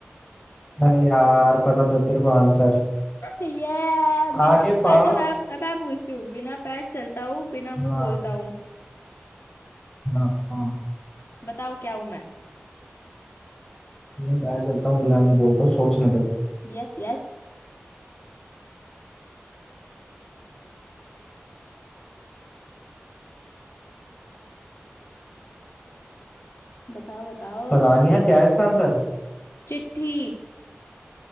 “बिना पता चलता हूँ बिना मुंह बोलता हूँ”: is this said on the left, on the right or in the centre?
Left